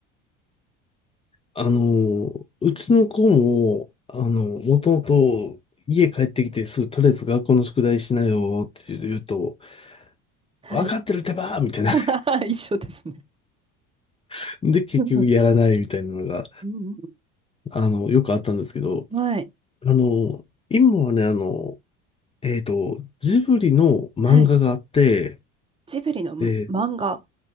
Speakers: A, on the left; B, on the right.
A: あの、うちの子も、あの、もともと家帰ってきてすぐとりあえず学校の宿題しなよって言うと、
B: はい。
A: わかってるってばーみたいな。
B: <laughs> 一緒ですね。
A: <laughs> で、結局やらないみたいなのが、
B: うんうん
A: あの、よくあったんですけど、
B: うんはい。
A: あの、今はね、あの、えっと、ジブリの漫画があって、
B: はい。ジブリの漫画。
A: え